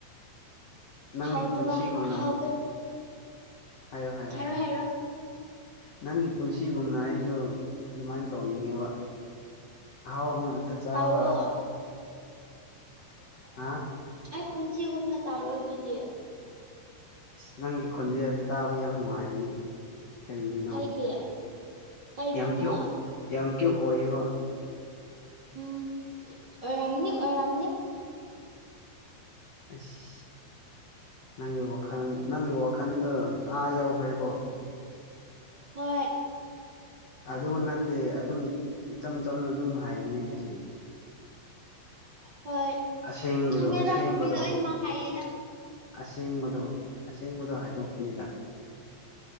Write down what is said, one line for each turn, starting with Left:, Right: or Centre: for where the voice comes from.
Left: ꯅꯪꯒꯤ
Right: ꯍꯥꯎꯗꯕ
Left: ꯄꯨꯟꯁꯤꯒꯨꯝꯅ
Right: ꯍꯥꯎꯕ
Left: ꯍꯥꯏꯌꯣ ꯍꯥꯏꯌꯣ
Right: ꯍꯥꯏꯔꯣ
Left: ꯍꯥꯏꯌꯣ
Right: ꯍꯥꯏꯔꯣ
Left: ꯅꯪꯒꯤ ꯄꯨꯟꯁꯤꯒꯨꯝꯅ ꯑꯩꯁꯨ ꯑꯗꯨꯃꯥꯏꯅ ꯇꯧꯅꯤꯡꯉꯦꯕ ꯑꯍꯥꯎꯕ ꯉꯥꯛꯇ ꯆꯥꯕ
Right: ꯇꯥꯎꯔꯣ <unintelligible>
Left: ꯍꯥ
Right: ꯑꯩ ꯄꯨꯟꯁꯤꯒꯨꯝꯅ ꯇꯧꯔꯣꯑꯣ ꯑꯗꯨꯗꯤ
Left: ꯅꯪꯒꯤ ꯈꯣꯟꯖꯦꯜꯁꯦ ꯇꯥꯕ ꯌꯥꯝ ꯅꯨꯡꯉꯥꯏꯔꯅꯦ ꯀꯩꯒꯤꯅꯣ
Right: ꯀꯩꯒꯤ ꯀꯩꯒꯤꯅꯣ
Left: ꯌꯥꯝ ꯀ꯭ꯌꯨ ꯌꯥꯝ ꯀ꯭ꯌꯨ ꯑꯣꯏꯌꯦꯕ
Right: ꯎꯝ ꯑꯣꯏꯔꯝꯅꯤ ꯑꯣꯏꯔꯝꯅꯤ
Left: ꯑꯁ ꯅꯪꯒꯤ ꯋꯥꯈꯜ ꯅꯪꯒꯤ ꯋꯥꯈꯜꯗ ꯑꯥ ꯌꯧꯈ꯭ꯔꯦꯀꯣ
Right: ꯍꯣꯏ
Left: ꯑꯗꯨꯒ ꯅꯠꯇꯦ ꯑꯗꯨꯝ ꯏꯆꯝ ꯆꯝꯅ ꯑꯗꯨꯝ ꯍꯥꯏꯕꯅꯦ ꯑꯩꯁꯤ
Right: ꯍꯣꯏ
Left: ꯑꯁꯦꯡꯕꯗꯣ
Right: ꯈꯪꯉꯦꯗ
Left: ꯑꯁꯦꯡꯕꯗꯣ
Right: ꯃꯤ ꯂꯣꯏꯅꯃꯛ ꯍꯥꯏꯌꯦꯗ
Left: ꯑꯁꯦꯡꯕꯗꯣ ꯑꯁꯦꯡꯕꯗꯣ ꯍꯥꯏꯗꯣꯛꯄꯅꯤꯗ